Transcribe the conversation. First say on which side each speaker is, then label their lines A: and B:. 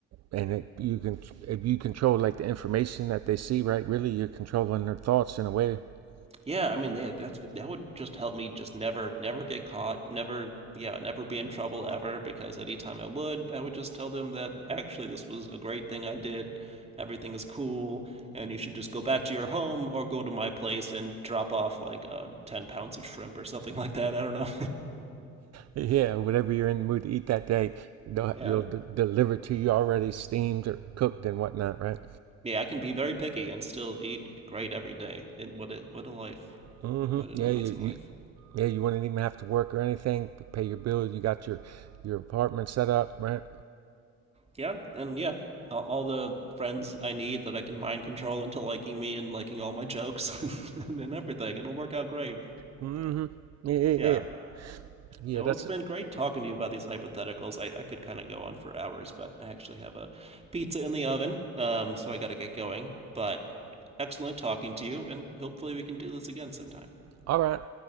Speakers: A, on the right; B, on the right.
A: and it, you can if you control like the information that they see, right? Really, you're controlling their thoughts in a way. <laughs>
B: yeah. I mean, they, that's that would just help me just never, never get caught, never, yeah, never be in trouble ever. Because anytime I would, I would just tell them that actually this was a great thing I did. Everything is cool, and you should just go back to your home or go to my place and drop off like uh, ten pounds of shrimp or something <laughs> like that. I don't know.
A: Yeah, whatever you're in the mood to eat that day, they'll,
B: <laughs> yeah,
A: they'll d- deliver to you already steamed or cooked and whatnot, right?
B: yeah, I can be very picky and still eat great every day. It, what a what a life!
A: hmm
B: What an
A: Yeah,
B: amazing
A: you, you
B: life!
A: yeah you wouldn't even have to work or anything. Pay your bills. You got your your apartment set up, right?
B: Yeah, and yeah, all, the friends I need that I can mind control into liking me and liking all my jokes <laughs> and, everything. It'll work out great.
A: hmm Yeah, yeah,
B: Yeah.
A: yeah. Yeah,
B: Yeah, well,
A: that's
B: it's been
A: it.
B: great talking to you about these hypotheticals. I, I could kind of go on for hours, but I actually have a pizza in the oven, um, so I got to get going. But excellent talking to you, and hopefully we can do this again sometime.
A: All right.